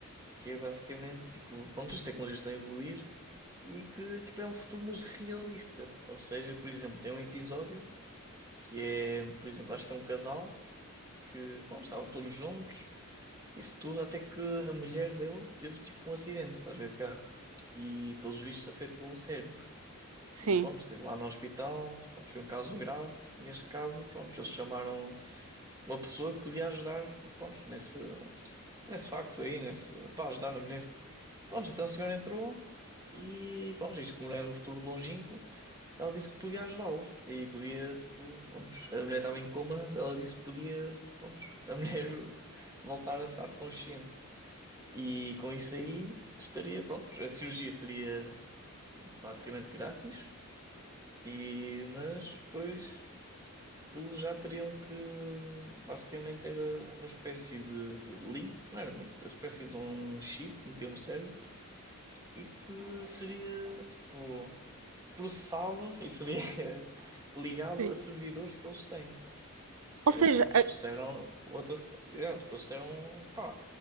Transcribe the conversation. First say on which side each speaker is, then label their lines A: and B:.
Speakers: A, on the right; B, on the right.
A: que é basicamente, tipo, pronto, as tecnologias estão a evoluir e que, tipo, é um futuro mas realista. Ou seja, por exemplo, tem um episódio que é, por exemplo, acho que é um casal que, pronto, estavam todos juntos, isso tudo, até que a mulher dele teve, tipo, um acidente, estás a ver, de carro. E, pelos vistos, afetou o cérebro.
B: Sim.
A: E, pronto, esteve lá no hospital, pronto, foi um caso grave. E, neste caso, pronto, eles chamaram uma pessoa que podia ajudar, pronto, nesse, nesse facto aí, nesse, para ajudar a mulher. Pronto, então a senhora entrou e, pronto, isto como não é no futuro longínquo, ela disse que podia ajudá-los. E podia, tipo, pronto, a mulher estava em coma, ela disse que podia, pronto, a <laughs> mulher voltar a estar consciente. E com isso aí estaria, pronto, a cirurgia seria basicamente grátis, e, mas depois aquilo já teriam que, basicamente era uma espécie de link, não era link, uma espécie de um chip que metiam no cérebro e que seria, tipo processado e seria <laughs> ligado
B: Sim.
A: a servidores que eles têm. Que
B: Ou
A: era,
B: seja,
A: pronto, eles disseram, what the fu- yeah, tipo, eles disseram, pá,